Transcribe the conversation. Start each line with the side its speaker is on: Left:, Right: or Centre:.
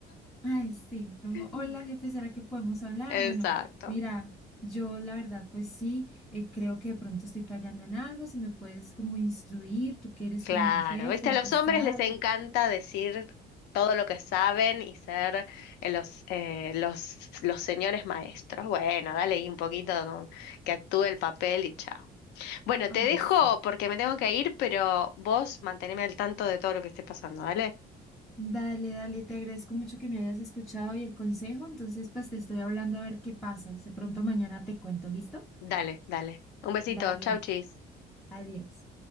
Centre: Ay, sí, como,
Left: <laughs>
Centre: hola jefe, ¿será que podemos hablar?
Left: Exacto.
Centre: Bueno, mira, yo la verdad, pues sí, eh, creo que de pronto estoy fallando en algo, si me puedes como instruir, tú que eres
Left: Claro,
Centre: como el jefe,
Left: ¿viste?
Centre: el
Left: A los
Centre: que sabe.
Left: hombres les encanta decir todo lo que saben y ser eh, los, eh, los, los señores maestros. Bueno, dale ahí un poquito como que actúe el papel y chao. Bueno,
Centre: Ay,
Left: te dejo
Centre: sí.
Left: porque me tengo que ir, pero vos manteneme al tanto de todo lo que esté pasando, ¿vale?
Centre: Dale, dale, te agradezco mucho que me hayas escuchado y el consejo, entonces pues te estoy hablando a ver qué pasa, de pronto mañana te cuento, ¿listo?
Left: Dale, dale. Un besito,
Centre: Dale,
Left: chau, chis.
Centre: adiós.